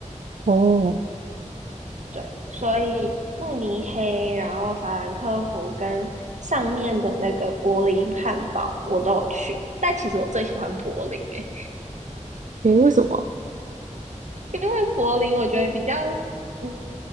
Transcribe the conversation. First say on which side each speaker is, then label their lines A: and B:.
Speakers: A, on the right; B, on the right.
A: 哦，
B: 对，所以慕尼黑，然后法兰克福跟上面的那个柏林汉堡我都有去，但其实我最喜欢柏林诶、
A: 诶，为什么？
B: 因为柏林我觉得比较嗯